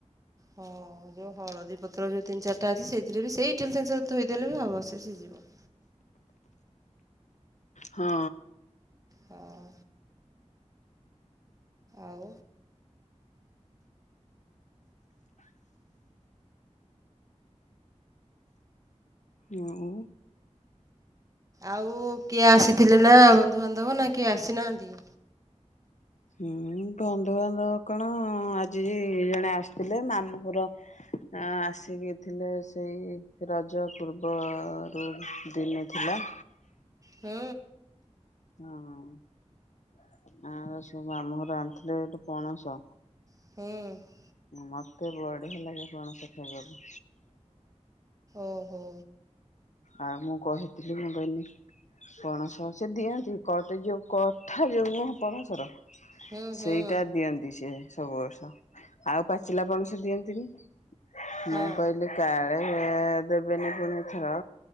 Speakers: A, on the right; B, on the left.
A: ହଁ। ଯୋଉ ହଳଦୀ ପତ୍ର ଯୋଉ ତିନି ଚିରିଟା ଅଛି ସେଥିରେବି ସେଇ ଇଟିଲି ଛାଞ୍ଚରେ ଥୋଇଦେଲେବି ହବ ସେ ସିଝିବ।
B: ହଁ।
A: ହଁ। ଆଉ।
B: ଆଉ।
A: ଆଉ କିଏ ଆସିଥିଲେନା ବନ୍ଧୁବାନ୍ଧବନା କିଏ ଆସିନାହାନ୍ତି।
B: ହୁଁ ବନ୍ଧୁବାନ୍ଧବ କଣ ଆଜି ଜଣେ ଆସିଥିଲେ ମାମୁଁଘର ଆସିକି ଥିଲେ ସେଇ ରଜ ପୂର୍ବରୁ ଦିନେ ଥିଲା।
A: ହୁଁ।
B: ହଁ ଆଉ ସେମାମୁ ଘରୁ ଆଣିଥିଲେ ଗୋଟେ ପଣସ
A: ହୁଁ।
B: ମତେ ବଢିଆ ଲାଗେ ପଣସ ଖାଇବାକୁ।
A: ଓହୋ।
B: ଆଉ ମୁଁ କହିଥିଲି ମୁଁ କହନି ପଣସ ସେ ଦିଅନ୍ତି କଟ ଯୋଉ କଥା ଯୋଉ ନୁହଁ ପଣସର
A: ହୁଁ ହୁଁ
B: ସେଇଟା ଦିଅନ୍ତି ସିଏ ସବୁ ବର୍ଷ ଆଉ ପାଚିଲାପଣସ ଦିଅନ୍ତି। ତିନି
A: ହଁ।
B: ମୁଁ କହିଲି କାଳେ ଦେବନି ପୁଣିଥର